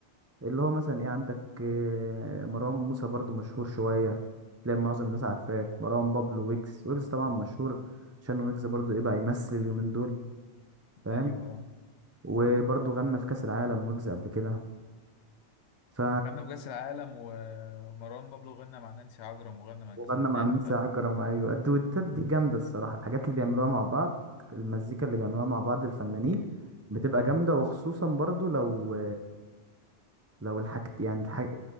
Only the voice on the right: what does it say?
اللي هو مثلا ايه عندك آه، مروان موسى برضو مشهور شوية تلاقي معظم الناس عارفاه مروان بابلو ويجز ويجز طبعا مشهور عشان ويجز برضو ايه بقى يمثل اليومين دول فاهم
وبرضه غنى في كأس العالم ويجز قبل كده ف
وغنى
مع نانسي
عجرم ايوه الدويتات دي
جامده الصراحه الحاجات اللي بيعملوها مع بعض المزيكا اللي بيعملوها مع بعض الفنانين بتبقى
جامده وخصوصا برضو لو لو الحاجت يعني الحاج...